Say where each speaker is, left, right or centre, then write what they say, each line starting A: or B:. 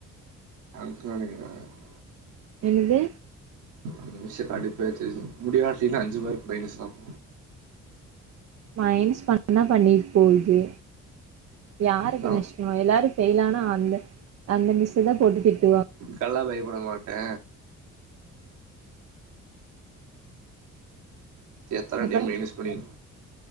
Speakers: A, on the right (about 90°); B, on the right (about 60°).
A: <unintelligible>
B: என்னது
A: அந்த மிஸ்ஸு கடுப்பேத்துது முடியாட்டினா அஞ்சு மார்க்கு மைனஸாமா
B: மைனஸ் பண்ணா பண்ணிட் போகுது யாருக்கு
A: தா
B: நஷ் நாங்க எல்லாரு ஃபெயிலானா அந்த அந்த மிஸ்ஸ தா போட்டு திட்டுவோ
A: நல்லா பயப்புட மாட்டே எத்தன
B: அப்புறோ
A: டைம் மைனஸ் பண்ணிர்